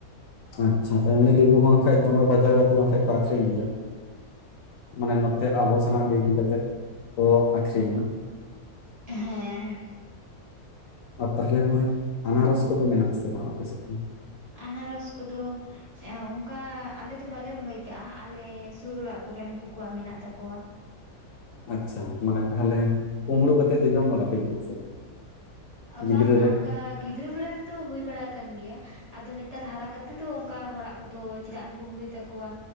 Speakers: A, on the left; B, on the right.
A: ᱟᱪᱪᱷᱟ ᱮᱢᱱᱤ ᱞᱮᱵᱩ ᱦᱚ ᱦᱟᱸᱜ ᱠᱷᱟᱡ ᱫᱚᱢᱮ ᱵᱟᱡᱟᱨ ᱨᱮᱛᱚ ᱦᱟᱠᱷᱟᱡ ᱠᱚ ᱟᱠᱷᱨᱤᱧ ᱜᱮᱭᱟ᱾ ᱢᱟᱱᱮ ᱱᱚᱛᱮ ᱟᱵᱚ ᱥᱮᱱᱟᱜ ᱜᱮ ᱤᱫᱤ ᱠᱟᱛᱮᱫ ᱠᱚ ᱟᱠᱷᱨᱤᱧᱟ᱾
B: ᱦᱮᱸ
A: ᱟᱨ ᱛᱟᱦᱚᱞᱮ ᱢᱟᱹᱭ ᱟᱱᱟᱨᱚᱥ ᱠᱚᱫᱚ ᱢᱮᱱᱟᱜ-ᱟ ᱥᱮ ᱵᱟᱝ ᱟᱯᱮ ᱥᱮᱫ <inaudible>
B: ᱟᱱᱟᱨᱚᱥ ᱠᱚᱫᱚ ᱮᱸ ᱚᱝᱠᱟ ᱟᱞᱮ ᱫᱚ ᱵᱟᱞᱮ ᱨᱚᱦᱚᱭ ᱠᱟᱜᱼᱟ ᱟᱞᱮ ᱥᱩᱨ ᱚᱲᱟᱜ ᱠᱚᱨᱮ ᱩᱝᱠᱩ ᱠᱚᱣᱟᱜ ᱢᱮᱱᱟᱜ ᱛᱟᱠᱚᱣᱟ᱾
A: ᱟᱪᱪᱷᱟ ᱢᱟᱱᱮ ᱛᱟᱦᱚᱞᱮ ᱠᱩᱢᱵᱲᱩ ᱠᱟᱛᱮᱜ ᱫᱚ ᱡᱚᱢ ᱵᱟᱲᱟ ᱦᱩᱭ ᱠᱟᱱᱟ ᱥᱮ ᱵᱟᱝ?
B: ᱟᱸ
A: ᱜᱤᱫᱽᱨᱟᱹ
B: ᱵᱟᱝᱟ
A: ᱨᱮ?
B: ᱚᱱᱠᱟ ᱜᱤᱫᱽᱨᱟᱹ ᱵᱮᱲᱟ ᱨᱮᱫᱚ ᱦᱩᱭ ᱵᱟᱲᱟ ᱠᱟᱱ ᱜᱮᱭᱟ᱾ ᱟᱫᱚ ᱱᱮᱛᱟᱨ ᱦᱟᱨᱟ ᱠᱟᱛᱮ ᱫᱚ ᱚᱱᱠᱟ ᱦᱚᱲᱟᱜ ᱠᱚᱫᱚ ᱪᱮᱫᱟᱜ ᱮᱢ ᱠᱩᱢᱵᱽᱲᱩᱭ ᱛᱟᱠᱚᱣᱟ᱾